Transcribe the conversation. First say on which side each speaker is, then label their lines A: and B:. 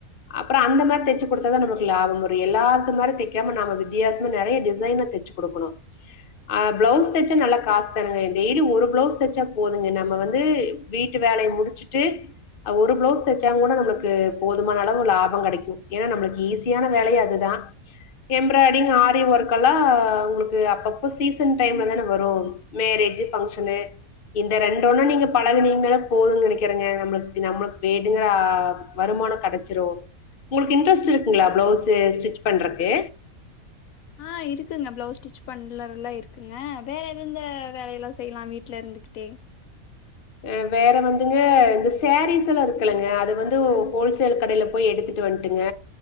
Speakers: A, on the left; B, on the left.
A: அப்றோ அந்த மாரி தச்சு குடுத்தாதா நம்ளுக்கு லாபம் வரு எல்லார்த்த மாரி தைக்காம நாம வித்தியாசமா நெறைய டி சைனா தச்சு குடுக்குணு ஆஹ் பிளவ்ஸ் தச்சா நல்லா காஸ் தானுங்க டெய்லி ஒரு பிளவ்ஸ் தைச்சா போதுங்க நம்ம வந்து வீட்டு வேலய முடிச்சுட்டு அவ் ஒரு பிளவ்ஸ் தச்சாங்கூட நம்ளுக்கு போதுமான அளவு லாபொ கெடைக்கு ஏனா நம்ளுக் ஈஸியான வேலை அதுதா எம்ராய்டிங் ஆரி ஒர்க் கலா உங்ளுக்கு அப்பப்ப சீசன் டைம்ல தான வரு மேரேஜு பங்க்ஷனு இந்த ரெண்டுனா நீங்க பழகுனீங்னால போது நெனைக்குறங்க நம்ளுக்தி நமளுக் வேணுங்கற ஆஹ் வருமானோ கெடச்சிரு உங்களுக்கு இன்ட்ரெஸ்ட் இருக்குங்லா பிளவ்ஸு ஸ்டிச் பண்றக்கு
B: ஆஹ் இருக்குங்க பிளவ்ஸ் ஸ்டிச் பண்ணலர்லா இருக்குங்க வேற எது இந்த வேலையெல்லா செய்லா வீட்ல இருந்துகிட்டே
A: அஹ் வேற வந்துங்க இந்த சாரீஸ் எல்லா இருக்குலங்க அது வந்து ஒ ஹோல்சேல் கடைல்ல போய் எடுத்துட்டு வன்ட்டுங்க